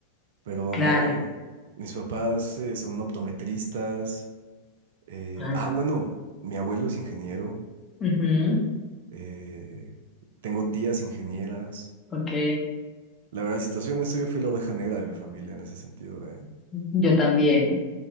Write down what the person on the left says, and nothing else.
claro.
Ah,
ujú,
ok,
yo también.